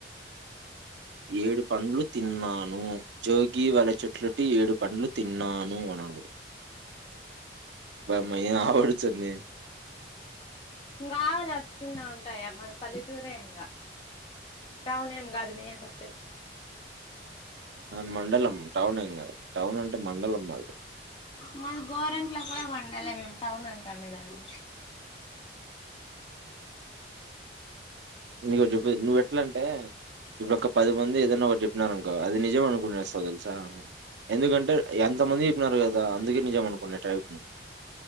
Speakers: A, on the right; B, on the left.
A: ఏడు పండ్లు తిన్నాను జోగి వాళ్ళ చెట్లుటి ఏడు పండ్లు తిన్నాను అనాలి పాప్ మే ఎ ఆవడతు స్తుంది
B: ఇంగా వెన నడుచుకున్నా ఉంటాయా మా పల్లెటూరే ఇంకా టౌన్ ఏం గాదు మియ్యన్నట్టు
A: మాది మండలం టౌన్ ఏం కాదు టౌన్ అంటే మండలం మాది
B: మాది గోరెంట్లో గూడా వండల్ మేము టౌన్ అంటాం దాన్ని
A: నీకొటి జెప్పు నువ్వు ఎట్ల అంటే ఇప్పుడు ఒక పది మంది ఏదైనా ఒకటి చెప్పినారు అనుకో అది నిజమ్ అనుకునేస్తావు తెలుసా ఎందుకంటే ఎంత మంది చెప్పినారు కదా అందుకే నిజం అనుకునే ట్రైప్ ను